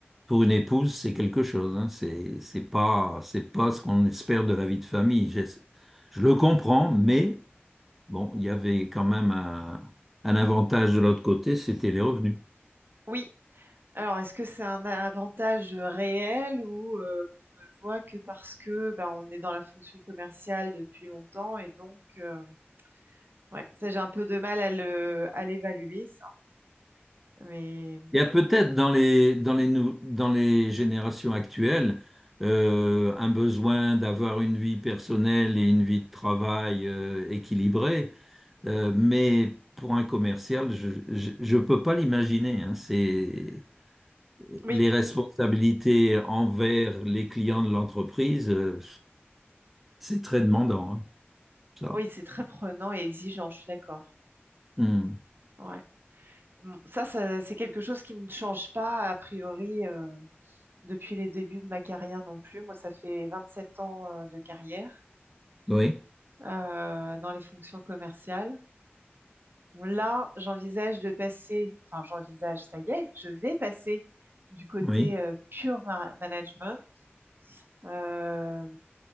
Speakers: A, in the centre; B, on the right (about 55°).
A: pour une épouse, c'est quelque chose, hein. C'est, c'est pas, c'est pas ce qu'on espère de la vie de famille. Je, je le comprends, mais bon, il y avait quand même un, un avantage de l'autre côté, c'était les revenus.
B: Oui. Alors, est-ce que c'est un avantage réel ou euh, qu'on ne voit que parce que ben, on est dans la fonction commerciale depuis longtemps et donc, euh, ouais, ça j'ai un peu de mal à le, à l'évaluer, ça. Mais
A: Il y a peut-être dans les, dans les, nou- dans les générations actuelles euh, un besoin d'avoir une vie personnelle et une vie de travail euh, équilibrée, euh, mais pour un commercial, je ne peux pas l'imaginer. hein. C'est
B: oui,
A: les responsabilités envers les clients de l'entreprise, euh, c'est très demandant. hein, ça.
B: oui, c'est très prenant et exigeant, je suis d'accord.
A: Hmm.
B: Ouais. Bon, ça, ça, c'est quelque chose qui ne change pas, a priori, euh, depuis les débuts de ma carrière non plus. Moi, ça fait vingt sept ans, euh, de carrière,
A: Oui,
B: euh, dans les fonctions commerciales. Bon, Là, j'envisage de passer, enfin, j'envisage, ça y est, je vais passer du côté,
A: oui,
B: euh, pure ma- management. Euh,